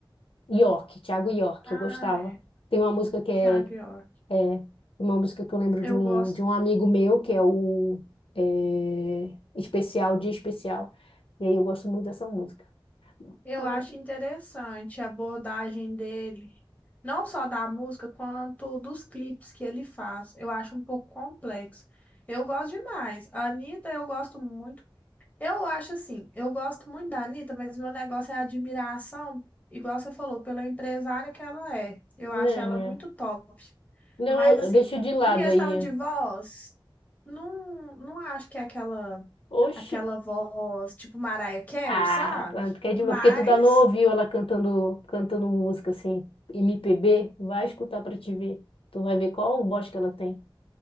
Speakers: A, on the left (about 80°); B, on the left (about 15°).
A: York, Thiago York,
B: Ah,
A: eu gostava.
B: é.
A: Tem uma música que é,
B: Thiago York.
A: é uma música que eu lembro
B: Eu
A: de um,
B: gosto.
A: de um amigo meu, que é o é, Especial, Dia Especial. E aí eu gosto muito dessa música.
B: Eu
A: Mas
B: acho interessante a abordagem dele. Não só da música, quanto dos clipes que ele faz. Eu acho um pouco complexo. Eu gosto demais. A Anitta, eu gosto muito. Eu acho assim, eu gosto muito da Anitta, mas meu negócio é a admiração, igual você falou, pela empresária que ela é. Eu
A: Não,
B: acho ela
A: é.
B: muito top.
A: Não,
B: Mas
A: eu,
B: assim,
A: eu deixo de lado
B: em questão
A: aí.
B: de voz, não, não acho que é aquela,
A: Oxi.
B: aquela voz tipo Mariah Carey,
A: Ah,
B: sabe?
A: tá, tu quer demais.
B: Mas
A: Porque tu dá não ouviu ela cantando, cantando música assim, MPB, vai escutar pra te ver. Tu vai ver qual voz que ela tem.